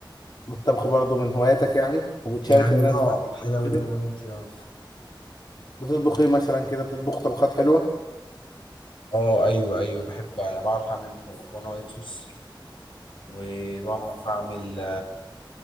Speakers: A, on the left; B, on the left.
A: الطبخ برضو من هواياتك يعني وبتشارك
B: يعني
A: الناس
B: اه
A: بقى أكلك
B: حاجه من
A: كده
B: هواياتي اه
A: بتطبخ ايه مثلا كده بتطبخ طبخات حلوة
B: اه ايوه ايوه بحب يعني بعرف اعمل مكرونه مكرونة وايت صوص وبعرف اعمل